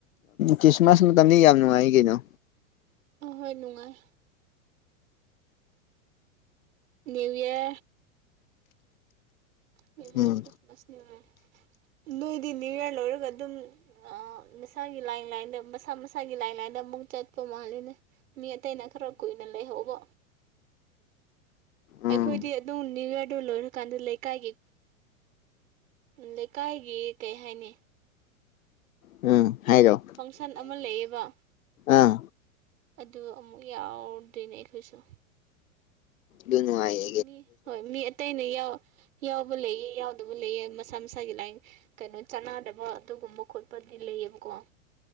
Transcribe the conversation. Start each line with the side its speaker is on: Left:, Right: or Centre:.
Left: ꯀ꯭ꯔꯤꯁꯃꯁ ꯅ ꯇꯝꯅꯤ ꯌꯥꯝ ꯅꯨꯡꯉꯥꯏ ꯀꯅꯣ
Right: ꯑꯍꯣꯏ ꯅꯨꯡꯉꯥꯏ ꯅꯅꯤꯌꯨ ꯏꯔ ꯅ꯭ꯌꯨ ꯏꯌꯥꯔ
Left: ꯎꯝ
Right: ꯈ꯭ꯔꯤꯁꯃꯥꯁ ꯅꯅꯤꯌꯨ ꯏꯔ ꯅꯣꯏꯗꯤ ꯅꯅꯤꯌꯨ ꯏꯌꯥꯔ ꯂꯣꯏꯔꯒ ꯑꯗꯨꯝ ꯃꯁꯥꯒꯤ ꯂꯥꯏꯟ ꯂꯥꯏꯟꯗ ꯃꯁꯥ ꯃꯁꯥꯒꯤ ꯂꯥꯏꯟ ꯂꯥꯏꯟꯗ ꯑꯃꯨꯛ ꯆꯠꯄ ꯃꯥꯜꯂꯤꯅꯦ ꯃꯤ ꯑꯇꯩꯅ ꯈꯔ ꯀꯨꯏꯅ ꯂꯩꯍꯧꯕ
Left: ꯎꯝ
Right: ꯑꯩꯈꯣꯏꯗꯤ ꯑꯗꯨꯝ ꯅꯅꯤꯌꯨ ꯌꯔꯗ ꯂꯣꯏꯔꯀꯥꯟꯗ ꯂꯩꯀꯥꯏꯒꯤ ꯂꯩꯀꯥꯏꯒꯤ ꯀꯩ ꯍꯥꯏꯅꯤ
Left: ꯎꯝ ꯍꯥꯏꯒꯣ
Right: ꯐꯪꯁꯟ ꯑꯃ ꯂꯩꯌꯦꯕ
Left: ꯑꯥ
Right: ꯑꯗꯨ ꯑꯃꯨꯛ ꯌꯥꯎꯗꯦꯅꯦ ꯑꯩꯈꯣꯏꯁꯨ
Left: ꯌꯅ ꯍꯥꯏ <unintelligible> <inaudible>
Right: ꯃꯤ ꯍꯣꯏ ꯃꯤ ꯑꯇꯩ ꯑꯅ ꯌꯥ ꯌꯥꯎꯕ ꯂꯩꯌꯦ ꯌꯥꯎꯗꯕ ꯂꯩꯌꯦ ꯃꯁꯥ ꯃꯁꯥꯒꯤ ꯂꯥꯏ ꯀꯩꯅꯣ ꯆꯥꯅꯗꯕ ꯑꯗꯨꯒꯨꯝꯕ ꯈꯣꯠꯄꯗꯤ ꯂꯩꯌꯦꯕꯀꯣ